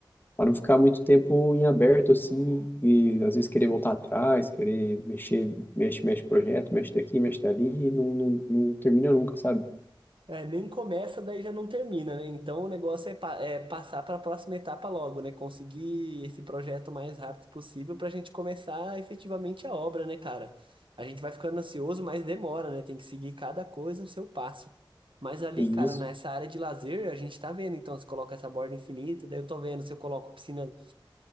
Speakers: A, on the left; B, on the right.
A: para não ficar muito tempo em aberto assim, e às vezes querer voltar atrás, querer mexer, mexe, mexe projeto, mexe daqui, mexe dali, e não, não, não termina nunca, sabe?
B: É, nem começa, daí já não termina, né? Então o negócio é, pa- é passar para a próxima etapa logo, né? Conseguir esse projeto o mais rápido possível para a gente começar efetivamente a obra, né, cara? A gente vai ficando ansioso, mas demora, né? Tem que seguir cada coisa o seu passo. Mas ali,
A: E
B: cara,
A: isso,
B: nessa área de lazer, a gente tá vendo. Então, se coloca essa borda infinita, daí eu tô vendo se eu coloco piscina,